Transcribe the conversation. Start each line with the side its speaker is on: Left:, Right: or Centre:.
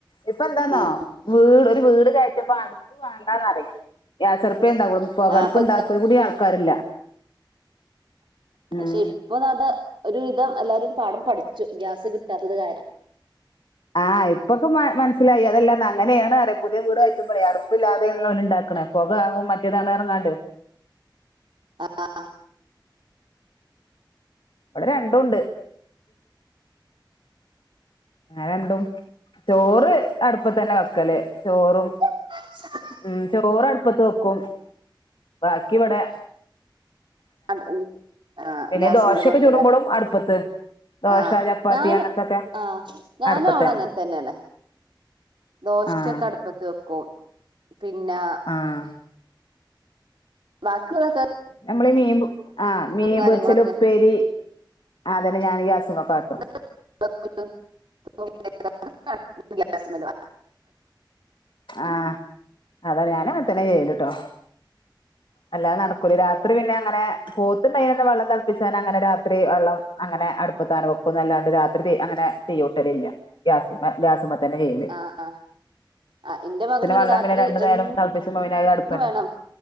Left: ഇപ്പ എന്താന്നോ
Right: ഉം
Left: വീട് ഒരു വീട് കയറ്റുമ്പം അടു വേണ്ടാന്നറയും ഗ്യാസടുപ്പേണ്ടാകൂള്ളു പൊകടുപ്പ്
Right: ആഹ് അപ്പൊ
Left: ഇണ്ടാക്കാൻ കൂടി ആൾക്കാരില്ല ഉം
Right: പക്ഷെ ഇപ്പൊ അത് ഒരുവിധം എല്ലരും ഒരു പാഠം പഠിച്ചു ഗ്യാസ് കിട്ടാത്തത് കാരണം
Left: ആഹ് ഇപ്പൊക്കെ മനസ്സിലായി അതല്ലാന്ന് അങ്ങനെയാണ് അറിയ പുതിയ വീട് വയ്ക്കുമ്പോഴേ അടുപ്പില്ലാതെലെ ഉണ്ടാക്കണ് പൊക ആകും മറ്റേതാണ് പറഞ്ഞ് ങ്ങാണ്ട്
Right: ആഹ്
Left: ഇവിടെ രണ്ടും ഉണ്ട് രണ്ടും ചോറ് അടുപ്പത്ത് തന്നെ വെക്കല് ചോറും
Right: ആ <unintelligible>
Left: ഉം ചോറ് അടുപ്പത്ത് വെക്കും ബാക്കിവിടെ
Right: ആ
Left: പിന്നെ
Right: ഗ്യാസ്
Left: ദോശയൊക്കെ
Right: മേല് വെക്കു
Left: ചുടുമ്പോഴും
Right: ലേ
Left: അടുപ്പത്ത് ദോശ
Right: ആഹ്
Left: ചപ്പാത്തി
Right: ഞാനും
Left: അങ്ങനത്തൊക്കെ
Right: ആഹ ഞാനും
Left: അടുപ്പത്തന്നെ
Right: അവിടെ അങ്ങനെ തന്നെയാണ് ദോശൊക്കെ
Left: ആഹ്
Right: അടുപ്പത്ത് വെക്കും പിന്നെ
Left: ആഹ്
Right: ബാക്കിയുള്ളതെക്ക
Left: നമ്മള് മീൻ ആഹ് മീൻ
Right: കാര്യങ്ങളൊക്കെ
Left: പൊരിച്ചല് ഉപ്പേരി ആ അതന്നെ ഞാനും ഗ്യാസ്മെക്കാട്ടും
Right: ഗ <unintelligible> ഗ്യാസ് മെല്
Left: ആഹ അതാണ് ഞാനും അങ്ങനെത്തനെ ചെയല്ട്ടോ അല്ലാതെ നടക്ക രാത്രി പിന്നെ അങ്ങനെ പോത്ത് ഉണ്ടായിരുന്ന അന്ന് വെള്ളം തിളപ്പിച്ചാ അങ്ങനെ രാത്രി വെള്ളം അങ്ങനെ അടു അപ്പ താന വെക്കൊന്ന അല്ലാണ്ട് രാത്രി ത അങ്ങനെ തിയ്യൂട്ടലില്ല ഗ്യാ ഗ്യാസുമേ തന്നെ ചെയ്യും
Right: ആഹ് ആഹ് എന്റെ മകന് പിന്നെ
Left: വെള്ളം
Right: രാത്രി
Left: രണ്ടു നേരം
Right: എന്ന്
Left: തിളപ്പിച്ചുമ്പോ പിന്നെ അത് അടുപ്പന്നെ
Right: വേണം